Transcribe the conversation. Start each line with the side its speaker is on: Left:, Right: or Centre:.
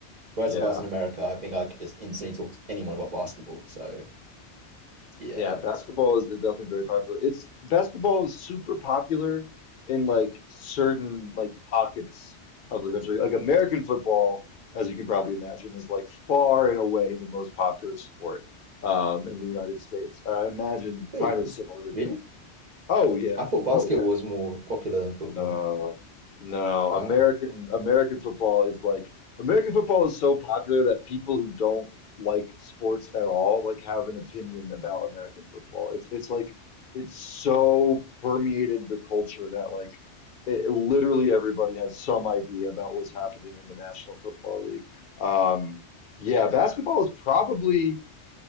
Right: Whereas
Left: Yeah.
Right: if I was in America, I think I could just instantly talk to anyone about basketball. So yeah.
Left: Yeah, basketball is, is definitely very popular. It's basketball is super popular in like certain like pockets of the country. Like American football, as you can probably imagine, is like far and away the most popular sport um, in the United States. I imagine
Right: Wait,
Left: kind of
Right: it's
Left: similar
Right: really?
Left: to, oh yeah,
Right: I thought basketball
Left: oh yeah.
Right: was more popular than football.
Left: No, no.
Right: Wow.
Left: American American football is like American football is so popular that people who don't like sports at all like have an opinion about American football. It's it's like it's so permeated the culture that like it, literally everybody has some idea about what's happening in the National Football League. Um, yeah, basketball is probably